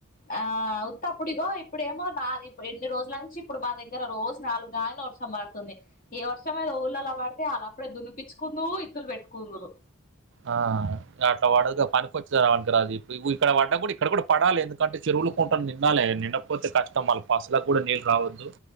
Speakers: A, on the left; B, on the right.
A: ఆ ఉత్త అప్పుడు ఇగో ఇప్పుడేమో నాలుగు ఎన్ని రోజుల నుంచి ఇప్పుడు మా దగ్గర రోజూ నాలుగుగాన్లే వర్షం హం పడుతుంది ఏ వర్షం ఏదో ఊర్లల్లో పడితే అళ్లప్పుడే దున్నిపించ్చుకుందురు ఇత్తులు పెట్టుకుందరు
B: ఆ అట్లా వడదుగా పనికొచ్చేదా అనికిరాదు ఇప్పు ఇక్కడ పడ్డా కూడా ఇక్కడ కూడా పడాలి ఎందుకు కాట్టి చెరువులు కుంటలు నిండాలి నిండకపోతే కష్టం మళ్ల పశువులకు కూడా నీళ్ళు రావద్దూ